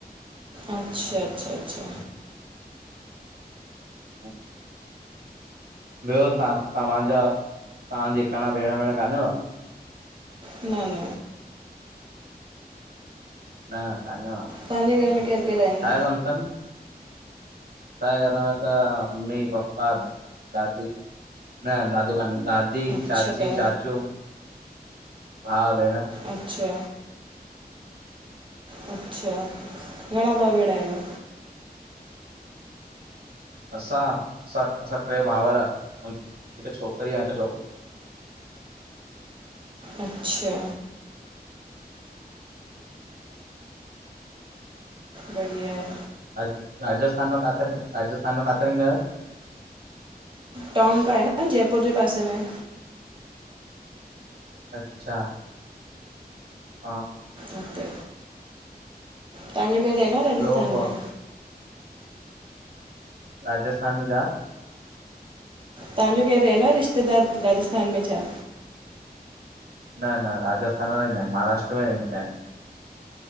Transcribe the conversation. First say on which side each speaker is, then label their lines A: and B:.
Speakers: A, on the right; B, on the right.
A: अच्छा अच्छा अच्छा।
B: ह ॿियो तां, तव्हांजा तव्हांजी कणा भेण वेण कानेव?
A: न न
B: न कानेव अचछा,
A: तव्हांजे घर में केरु केरु आहिनि
B: छा जो कम तन? असांजे घर में त मम्मी, पपा, दादी, न दादू कान आहिन, दादी दी
A: अच्छा
B: चाची, चाचू, भाउ, भेण
A: अच्छा। अच्छा, घणा भा भेण आहियो?
B: असां असां असां टे भाउर ऐं हिकु छोकिरी ऐं हिकु छोक
A: अच्छा। बढिया आहे।
B: रा राजस्थान में काथे रहिं, राजस्थान में काथे रहिंदा आयो?
A: टॉक आहे न जयपुर जे पासे में।
B: अच्छा हा।
A: उते। तव्हांजो केरु रहंदो आ राजस्थान
B: ॿियो प
A: में?
B: राजस्थान में छा?
A: तव्हांजो केरु रहंदो आ रिश्तेदार राजस्थान में छा?
B: न न राजस्थान में न आहिन, महाराष्ट्र में रईंदा आहिनि।